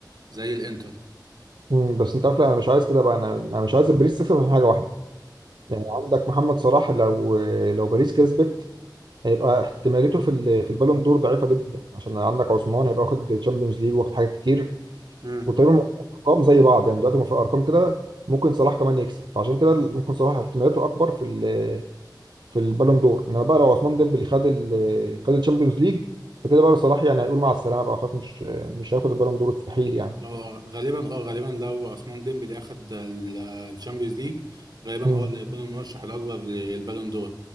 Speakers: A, on the right; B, on the right.
A: زي الانتر
B: امم بس انت عارف لا انا مش عايز كده بقى انا انا مش عايز باريس تكسب عشان حاجه واحده يعني عندك محمد صلاح لو لو باريس كسبت هيبقى احتماليته في ال- في البالون دور ضعيفه جدا عشان عندك عثمان هيبقى واخد تشامبيونز ليج واخد حاجات كتير
A: مم.
B: وتقريبا ارقام زي بعض يعني دلوقتي في ارقام كده ممكن صلاح كمان يكسب فعشان كده ممكن صلاح احتماليته اكبر في ال- في البالون دور انما بقى لو عثمان ديمبلي خد ال- خد الشامبيونز ليج فكده بقى صلاح يعني هيقول مع السلامه بقى خلاص مش مش هياخد البالون دور مستحيل يعني
A: اه غالبا اه غالبا لو عثمان ديمبلي اخد ال- الشامبيونز ليج غالبا
B: مم.
A: هو اللي هيكون المرشح الاكبر للبالون دور